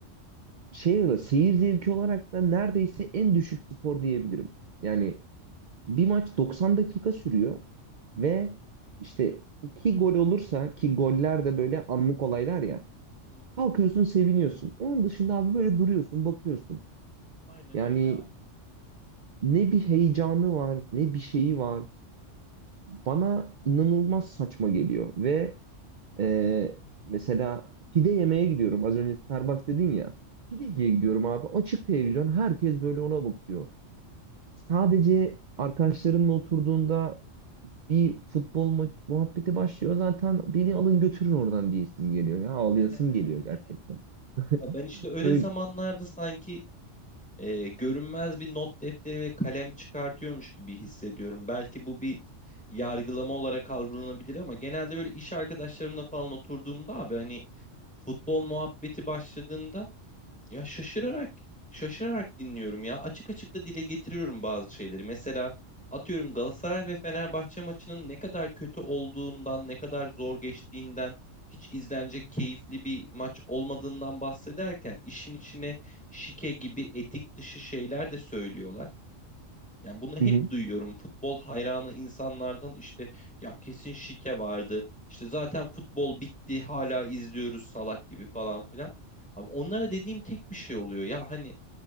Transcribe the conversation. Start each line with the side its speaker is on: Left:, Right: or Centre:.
Right: şey olarak, seyir zevki olarak da neredeyse en düşük spor diyebilirim. Yani bir maç 90 dakika sürüyor ve işte iki gol olursa ki goller de böyle anlık olaylar ya.
Centre: hı hı.
Right: Kalkıyorsun seviniyorsun. Onun dışında abi böyle duruyorsun bakıyorsun.
Centre: Aynen
Right: Yani
Centre: öyle abi.
Right: ne bir heyecanı var ne bir şeyi var. Bana inanılmaz saçma geliyor ve Ee, mesela pide yemeye gidiyorum. Az önce Starbucks dedin ya. Pideciye
Centre: Hı hı.
Right: gidiyorum abi. Açık televizyon. Herkes böyle ona bakıyor. Sadece arkadaşlarınla oturduğunda bir futbol ma- muhabbeti başlıyor. Zaten beni alın götürün oradan diyesim geliyor. Ya ağlayasım
Centre: <laughs>
Right: geliyor gerçekten. <laughs>
Centre: Ya ben işte öyle
Right: Böyle...
Centre: zamanlarda sanki e, görünmez bir not defteri ve kalem çıkartıyormuş gibi hissediyorum. Belki bu bir yargılama olarak algılanabilir ama genelde böyle iş arkadaşlarımla falan oturduğumda abi hani futbol muhabbeti başladığında ya şaşırarak şaşırarak dinliyorum ya. Açık açık da dile getiriyorum bazı şeyleri. Mesela atıyorum Galatasaray ve Fenerbahçe maçının ne kadar kötü olduğundan, ne kadar zor geçtiğinden, hiç izlenecek keyifli bir maç olmadığından bahsederken işin içine şike gibi etik dışı şeyler de söylüyorlar. Yani bunu hep
Right: Hı hı,
Centre: duyuyorum. Futbol hayranı insanlardan işte ya kesin şike vardı. İşte zaten futbol bitti hala izliyoruz salak gibi falan filan. Abi onlara dediğim tek bir şey oluyor. Ya hani